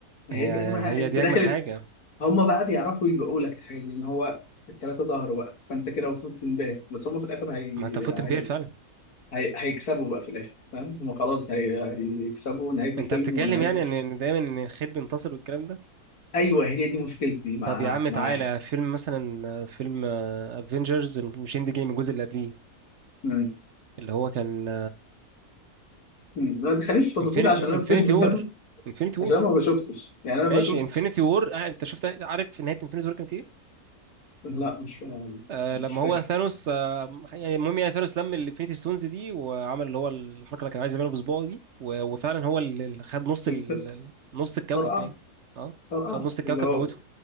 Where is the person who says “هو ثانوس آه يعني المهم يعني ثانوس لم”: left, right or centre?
Right